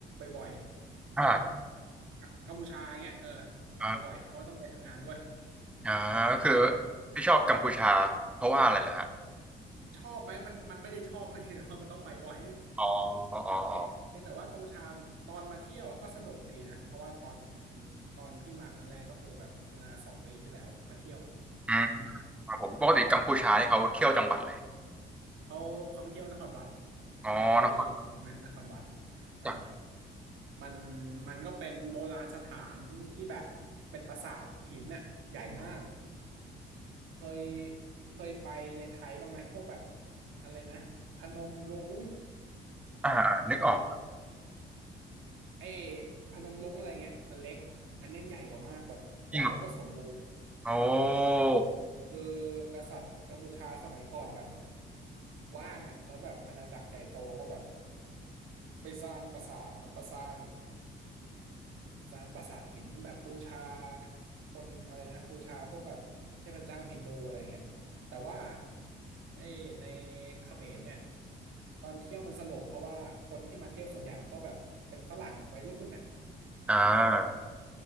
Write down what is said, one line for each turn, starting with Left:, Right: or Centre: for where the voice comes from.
Right: บ่อยๆ
Centre: อ่า
Right: ก็แบบกกัมพูชาอย่างเงี้ยเออไปบ่อยเพราะว่าต้องไปทำงานด้วย
Centre: อ่าอ่าก็คือ
Right: อื
Centre: พี่ชอบกัมพูชาเพราะว่าอะไรเหรอฮะ
Right: มชอบไหมมันมันไม่ได้ชอบ <laughs> มันเห็นว่ามันต้องไปบ่อย
Centre: อ๋ออ๋ออ๋อ
Right: <laughs> เพียงแต่ว่ากัมพูชาตอนมาเที่ยวอะก็สนุกดีนะเพราะว่าตอนตอนพี่มาครั้งแรกก็คือแบบเมื่อสองปีที่แล้วมาเที่ยว
Centre: อืม
Right: อืม
Centre: ครับผมปกติกัมพูชานี่เขาเที่ยวจังหวัดเลย
Right: เขาเขาไปเที่ยวนครวัด
Centre: อ๋อนคร
Right: เคยได้ยินใช่ไหมนครวัดเอ่า
Centre: จักร
Right: มันมันก็เป็นโบราณสถานที่แบบเป็นปราสาทหินน่ะใหญ่มาก เคยเคยไปในไทยบ้างไหมพวกแบบอะไรนะพนมรุ้ง
Centre: อ่าอ่านึกออก
Right: หรือไอ้พนมรุ้งอะไรเงี้ยมันเล็กอันเนี้ยใหญ่กว่ามากแบบใหญ่แล้วก็สมบูรณ์
Centre: จริงเหรอโอ้
Right: คือกษัตริย์กัมพูชาสมัยก่อนแบบว่างอ่ะแล้วแบบอาณาจักรใหญ่โตก็แบบไปสร้างปราสาทแล้วก็สร้าง สร้างปราสาทหินแบบบูชาคนอะไรนะบูชาพวกแบบเทพเจ้าฮินดูอะไรเงี้ยแต่ว่าไอ้ในเขมรเนี่ยตอนเที่ยวมันสนุกเพราะว่าคนที่มาเที่ยวส่วนใหญ่มันก็แบบเป็นฝรั่งอะวัยรุ่นเนี่ย
Centre: อ่า